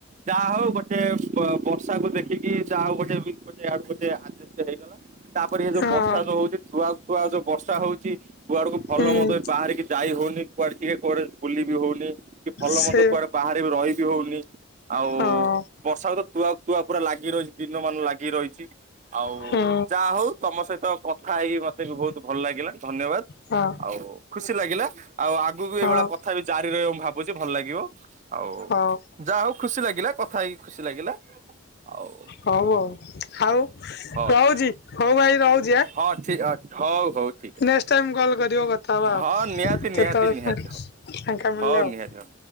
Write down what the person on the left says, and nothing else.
ହଁ
ହୁଁ
ସେ
ହଁ
ହୁଁ
ହଁ।
ହଁ
ହଁ
ହଉ
ହଉ ଆଉ ଆଉ
ରହୁଚି ହଉ ଭାଇ ରହୁଚି ଆଁ?
ନେଷ୍ଟ
ଟାଇମ କଲ୍ କରିବ କଥା ହେବା ଆଉ
କେତେବେଳେ
ଫାଙ୍କା
ମିଳିଲେ
ଆଉ।